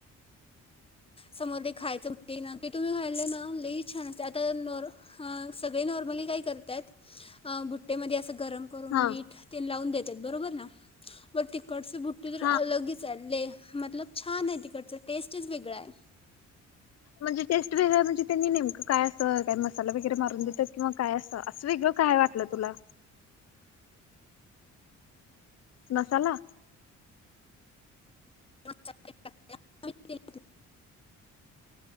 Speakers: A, on the left (about 20°); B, on the left (about 55°).
A: समोर ते खायचं बघते ना ते तुम्ही खाल्लं ना लई छान असते आता नॉर हा सगळे नॉर्मली काय करत्यात अ बुट्टेमध्ये असं गरम करून
B: हा
A: मीठ तेन लावून देत्यात बरोबर ना वर तिकडचे बुट्टी तर
B: हा
A: अलगचाय लय मतलब छान आहे तिकडचं टेस्टच वेगळा आहे
B: म्हणजे टेस्ट वेगळं हाय म्हणजे त्यांनी नेमकं काय असं काय मसाला वगैरे मारून देत्यात किंवा काय असं असं वेगळं काय वाट लं तुला मसाला
A: <inaudible>